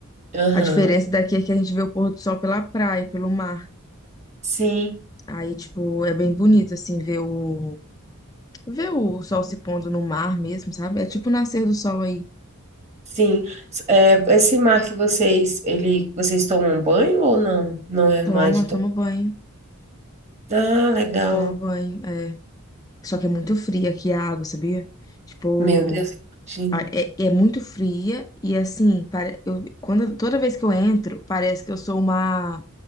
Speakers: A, on the right; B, on the left.
A: Aham.
B: A diferença daqui é que a gente vê o pôr do sol pela praia, pelo mar.
A: Sim.
B: Aí, tipo, é bem bonito, assim, ver o Ver o sol se pondo no mar mesmo,
A: Aham.
B: sabe? É tipo o nascer do sol aí.
A: Sim. S- É, esse mar que vocês, ele, vocês tomam banho ou não? Não é
B: Toma,
A: mar de tomar.
B: toma banho.
A: Ah, legal.
B: A gente Toma banho. É. Só que é muito fria aqui a água, sabia? Tipo,
A: Meu Deus, imagino.
B: a- é, é muito fria e assim, pare... eu, quando, toda vez que eu entro, parece que eu sou uma.